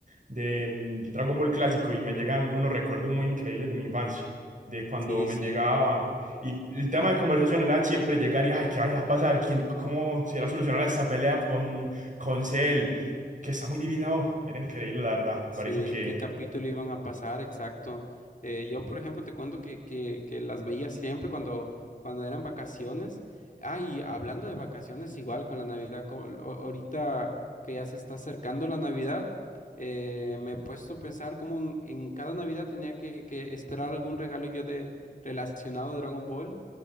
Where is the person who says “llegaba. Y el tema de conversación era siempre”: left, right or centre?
Right